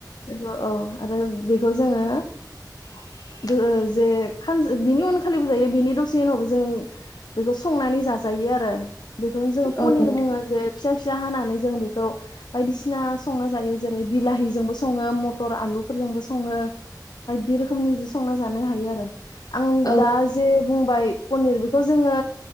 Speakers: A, on the left; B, on the left.
A: बेखौ औ आरो बे बेखौ जोङो
B: <inaudible>
A: गो जे खास बिनि उनखालिबो जायो बिनि दसे से उनावबो जों बेखौ संनानै जाजायो आरो। बेखौनो जोङो पनिर
B: औ नोंथां
A: बुङो जे फिसा फिसा हानानै जों बेखौ बायदिसिना संना जायो जेरै बिलाहिजोंबो सङो मथर आलुफोरजोंबो सङो बायदि रोखोमनिजों सं संना जानो हायो आरो। आं
B: औ
A: दा जे बुंबाय पनिर बेखौ जोङो